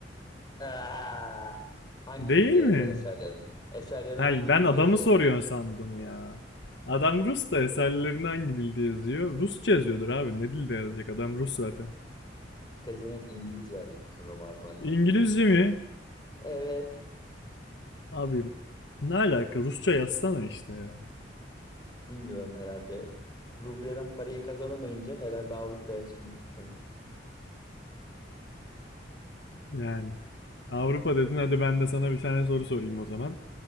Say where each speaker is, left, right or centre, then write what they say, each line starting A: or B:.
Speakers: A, on the left (about 25°); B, on the left (about 65°).
A: Aa, hangi
B: Değil
A: dilde yazar
B: mi?
A: eserlerini? Eserlerini
B: Hayır
A: hangi
B: ben
A: dilde
B: adamı
A: yazıyor?
B: soruyorsun sandım ya. Adam Rus da eserlerinde hangi dilde yazıyor? Rusça yazıyordur abi. Ne dilde yazacak? Adam Rus zaten.
A: Pezevenk İngilizce yazdı bütün romanlarını.
B: İngilizce mi?
A: Evet.
B: Abi ne alaka? Rusça yazsana işte ya.
A: Bilmiyorum herhalde. Rubleden parayı kazanamayınca herhalde Avrupa'ya açılmak istemiş.
B: Yani Avrupa dedin hadi ben de sana bir tane soru sorayım o zaman.